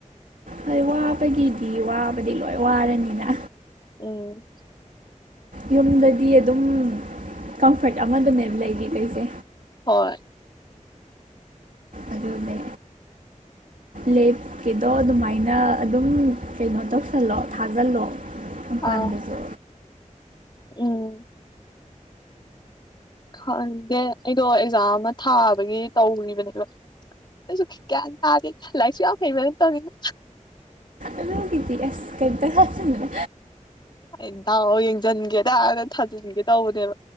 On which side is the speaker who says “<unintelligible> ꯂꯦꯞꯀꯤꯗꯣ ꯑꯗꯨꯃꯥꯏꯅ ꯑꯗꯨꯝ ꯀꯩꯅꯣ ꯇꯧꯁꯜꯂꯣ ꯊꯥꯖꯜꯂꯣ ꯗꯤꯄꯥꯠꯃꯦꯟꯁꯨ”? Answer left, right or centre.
Right